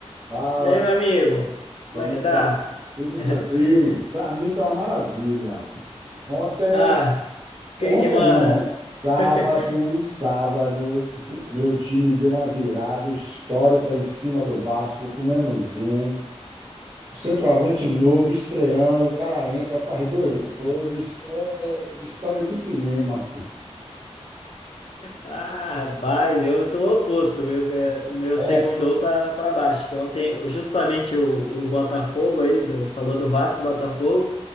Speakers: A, on the right; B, on the left.
A: Fala,
B: E aí, meu amigo?
A: como
B: Como é que
A: é que
B: tá?
A: tá? Tudo
B: <laughs>
A: tranquilo? Para mim tá uma maravilha. Ontem,
B: Ah, o que
A: ontem
B: que manda?
A: não, sábado,
B: <laughs>
A: sábado, meu time deu uma virada histórica em cima do Vasco, com menos um. Centroavante novo, estreando, o cara entra, faz dois gols, his- é história de cinema.
B: Ah, rapaz, eu tô oposto, viu? Que é- o meu
A: É,
B: segundou tá para baixo. Que ontem, justamente o, o Botafogo aí, do- falou do Vasco, Botafogo,